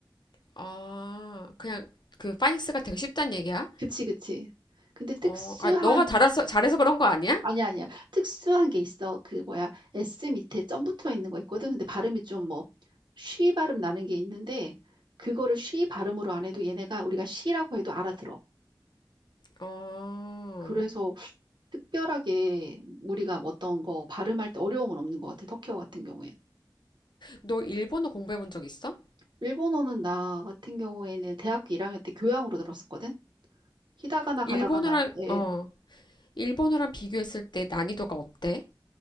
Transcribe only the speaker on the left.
아, 그냥 그 파닉스가 되게 쉽단 얘기야?
어, 아, 너가 잘해서, 잘해서 그런 거 아니야?
어,
너 일본어 공부해 본 적 있어?
일본어랑,
어, 일본어랑 비교했을 때 난이도가 어때?